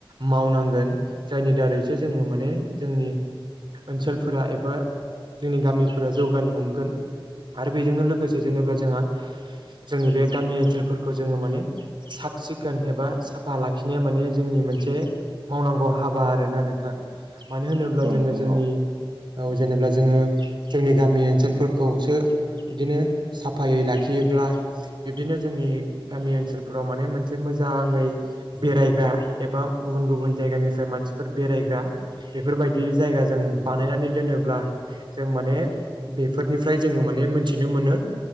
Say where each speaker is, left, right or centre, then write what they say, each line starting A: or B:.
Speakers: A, on the right (about 60°); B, on the right (about 80°).
A: मावनांगोन जायनि दारैसो जोङो माने जोंनि ओनसोलफोरा एबा जोंनि गामिफोरा जौगानो हमगोन। आरो बेजोंनो लोगोसे जेनेब्ला जोंहा जोंनि बे गामि ओनसोलफोरखौ जोङो माने साफ सिखोन एबा साफा लाखिनाया माने जोंनि मोनसे मावनांगौ हाबा आरोना नोंथां मानो होनोब्ला
B: औ
A: जोङो
B: नोंथां
A: जोंनि
B: औ
A: औ जेनेबा जों जोङो जोंनि गामि ओनसोलफोरखौसो बिदिनो साफायै लाखियोब्ला बिब्दिनो जोंनि गामि ओनसोलफोराव माने मोनसे मोजाङै बेरायग्रा एबा गुबुन गुबुन गुबुन जायगानिफ्राय मानसिफोर बेरायग्रा बेफोरबायदि जायगाजों बानायनानै दोनोब्ला जों माने बेफोरनिफ्राय जोङो माने मोनथिनो मोनो